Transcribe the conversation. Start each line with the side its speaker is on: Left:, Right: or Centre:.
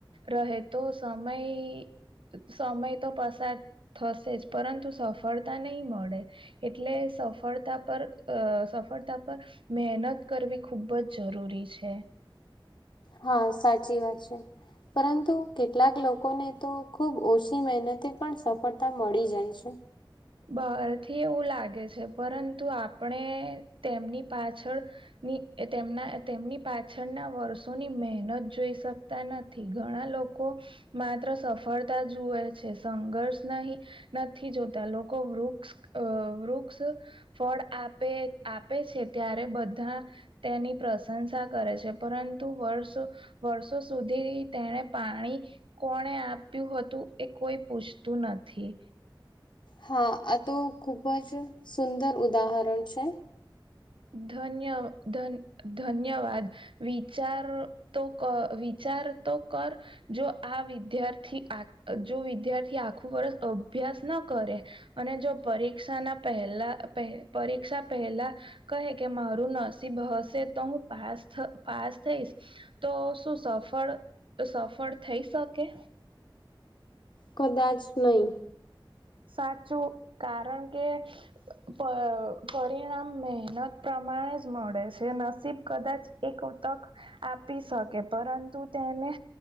Right: રહે તો સમય સમય તો પસાર થશે. જ પરંતુ સફળતા નહી, મળે એટલે સફળતા પર અ સફળતા પર મહેનત કરવી ખૂબ જ જરૂરી છે.
Left: હા, સાચી વાત છે. પરંતુ કેટલાક લોકોને તો ખુબ ઓછી મહેનતે પણ સફળતા મળી જાય છે.
Right: બહારથી એવું લાગે છે, પરંતુ આપણે તેમની પાછળ ની તેમના તેમની પાછળના વર્ષોની મહેનત જોઈ શક તા નથી. ઘણા લોકો માત્ર સફળતા જુએ છે. સંઘર્ષ નહી નથી જો તા. લોકો વૃક્ષ અ વૃક્ષ ફળ આપે આપે છે ત્યારે બધા તેની પ્રશંસા કરે છે. પરંતુ વર્ષો વર્ષો સુધી તેણે પાણી કોણે આપ્યું હતું એ કોઈ પૂછતું નથી.
Left: હા, આ તો ખૂબ જ સુંદર ઉદાહરણ છે.
Right: ધન્ય ધન ધન્યવાદ. વિચાર તો ક વિચાર તો કર. જો આ વિદ્યાર્થી આ જો વિદ્યાર્થી આખું વર્ષ અભ્યાસ ન કરે, અને જો પરીક્ષાના પહેલા પ પરીક્ષા પહેલા કહે કે મારું નરસીબ હશે તો હું પાસ થ પાસ થઈશ, તો શું સફળ સફળ થઈ શકે?
Left: કદાચ નહીં.
Right: સાચું, કારણ કે પ પરિણામ મહેનત પ્રમાણે જ મળે છે નસીબ કદાચ એક તક આપી શકે, પરંતુ તેને